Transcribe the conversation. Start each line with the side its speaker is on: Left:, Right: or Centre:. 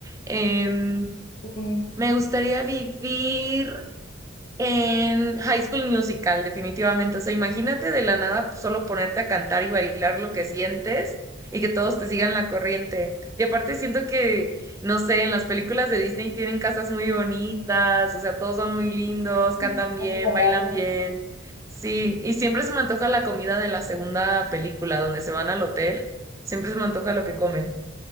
Right: Em,
Left: Sí,
Right: me gustaría vivir En High School Musical, definitivamente. O sea, imagínate de la nada pues, solo ponerte a cantar y bailar lo que sientes y que todos te sigan la corriente. Y aparte siento que, no sé, en las películas de Disney tienen casas muy bonitas, o sea, todos son muy lindos, cantan
Left: es
Right: bien,
Left: millonaria.
Right: bailan bien. Sí, y siempre se me antoja la comida de la segunda película, donde se van al hotel, siempre se me antoja lo que comen.